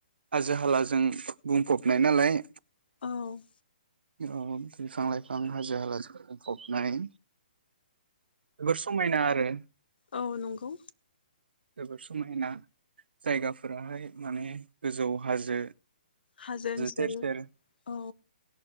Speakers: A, on the right; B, on the left.
A: हाजो हालाजों बुंफबनाय नालाय
B: औ।
A: ओ बिफां लाइफां हाजो हालाजो बुंफबनाय। जोबोर समायना आरो।
B: औ नंगौ।
A: जोबोर समायना जायगाफोराहाय माने गोजौ हाजो
B: हाजो ओनसोल
A: सेर सेर
B: औ।